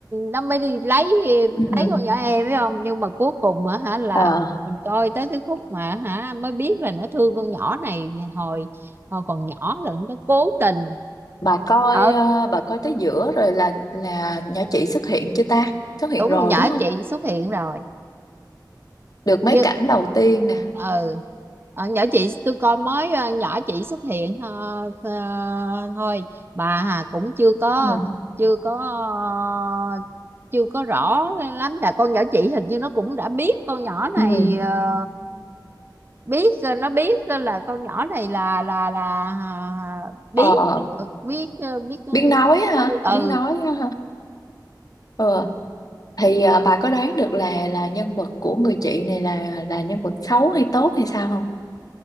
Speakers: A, on the right (about 30°); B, on the left (about 55°).
A: nó mới đi lấy
B: Ừ.
A: lấy con nhỏ em phải không nhưng mà cuối cùng á hả là
B: ờ
A: mình coi tới cái khúc mà hả mới biết là nó thương con nhỏ này hồi hồi còn nhỏ là nó cố tình
B: bà coi
A: ờ
B: ờ, bà coi tới giữa rồi là là nhỏ chị xuất hiện chưa ta xuất hiện
A: đúng
B: rồi
A: con nhỏ
B: đúng không
A: chị xuất hiện rồi
B: được mấy
A: như
B: cảnh đầu tiên nè
A: ừ Ờ, nhỏ chị tôi coi mới ờ, nhỏ chị xuất hiện ờ, ờ, thôi bà Hà cũng chưa có
B: Ừ.
A: chưa có ờ, chưa có rõ lắm là con nhỏ chị hình như nó cũng đã biết con nhỏ này
B: ừ
A: ờ, biết ờ, nó biết ờ, là con nhỏ này là là là à, biết
B: Ờ,
A: được biết ờ, biết
B: biết nói
A: nói
B: ha,
A: ừ
B: biết nói ha. Ờ, thì à, bà có đoán được là là nhân vật của người chị này là là nhân vật xấu hay tốt hay sao không?